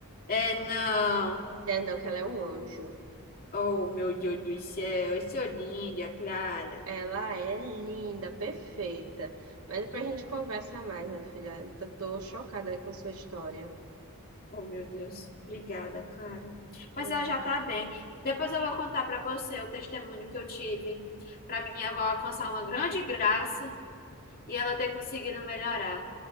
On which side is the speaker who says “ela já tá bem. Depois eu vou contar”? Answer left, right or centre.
Left